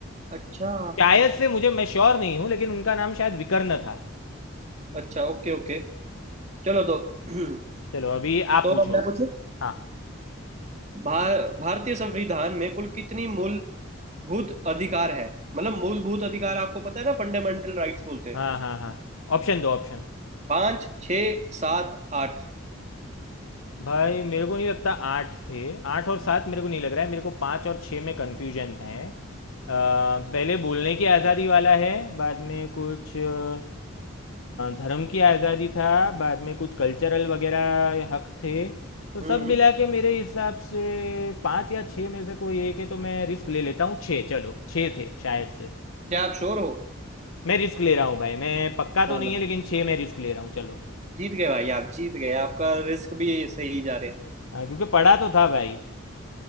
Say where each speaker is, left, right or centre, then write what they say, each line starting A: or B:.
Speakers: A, on the right; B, on the left.
A: अच्छा
B: शायद से मुझे मैं श्योर नहीं हूँ लेकिन उनका नाम शायद विकर्ण था
A: अच्छा ओके ओके चलो तो <clears throat>
B: चलो अभी आप
A: तो
B: पूछो
A: अब मैं पूछूं
B: हाँ
A: भार, भारतीय संविधान में कुल कितनी मूलभूत अधिकार है मतलब मूलभूत अधिकार आपको पता है ना फंडामेंटल राइट्स बोलते हैं
B: हाँ हाँ हाँ ऑप्शन दो ऑप्शन
A: पांच छ सात आठ
B: भाई मेरे को नहीं लगता आठ थे आठ और सात मेरे को नहीं लग रहा है मेरे को पाँच और छः में कन्फ्यूजन था है पहले बोलने की आज़ादी वाला है बाद में कुछ अ, धर्म की आज़ादी था बाद में कुछ कल्चरल वगैरह हक थे तो सब
A: हम्म
B: मिला के मेरे हिसाब से पाँच या छः में से कोई एक है तो मैं रिस्क ले लेता हूँ छः चलो छः थे शायद से
A: क्या आप श्योर हो
B: मैं रिस्क ले रहा हूँ भाई मैं पक्का
A: चलो
B: तो नहीं है लेकिन छः मैं रिस्क ले रहा हूँ चलो
A: जीत गए भाई आप जीत गए आपका रिस्क भी सही जा रहे हैं
B: हाँ क्योंकि पढ़ा तो था भाई